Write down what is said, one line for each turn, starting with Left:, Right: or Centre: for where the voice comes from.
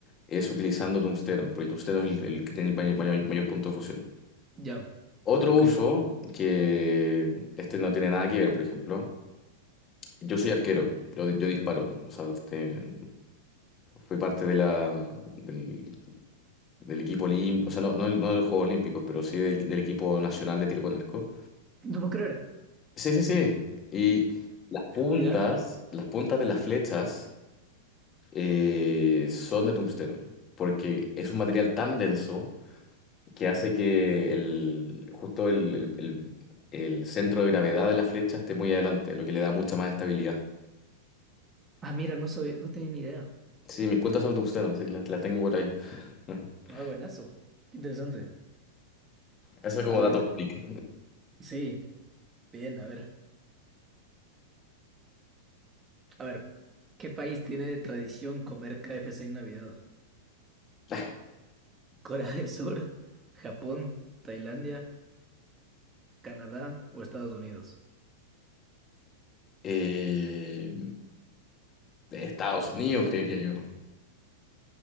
Left: es utilizando tungsteno, porque el tungsteno es el, el que tiene el may- may- mayor punto de fusión.
Right: ya,
Left: Otro
Right: ok.
Left: uso, que este no tiene nada que ver, por ejemplo, yo soy arquero, yo, yo disparo, o sea, te- fui parte de la, del del equipo olímpico, o sea, no, no, no de los Juegos Olímpicos, pero sí del, del equipo nacional de tiro con arco.
Right: No puedo creer.
Left: Sí, sí, sí. Y las puntas,
Right: ¿Ya?
Left: las puntas de las flechas eh, son de tungsteno, porque es un material tan denso que hace que el, justo el, el- el- el centro de gravedad de la flecha esté muy adelante, lo que le da mucha más estabilidad.
Right: Ah, mira, no soy, no tenía ni idea.
Left: Sí, mis puntas son de tungsteno, así que las, las tengo por ahí. <laughs>
Right: Ah, buenazo. Qué interesante.
Left: Eso es como
Right: A ver,
Left: dato
Right: ve-
Left: público.
Right: sí, bien, a ver. A ver, ¿qué país tiene de tradición comer KFC en Navidad?
Left: <laughs>
Right: ¿Corea del Sur, Japón, Tailandia, Canadá o Estados Unidos?
Left: Eh, de Estados Unidos, creería yo.